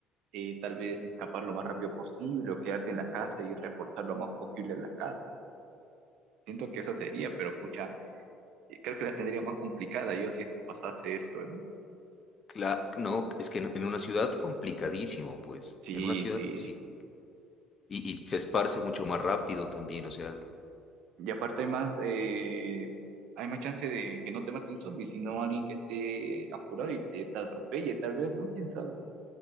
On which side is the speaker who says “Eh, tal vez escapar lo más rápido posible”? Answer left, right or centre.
Right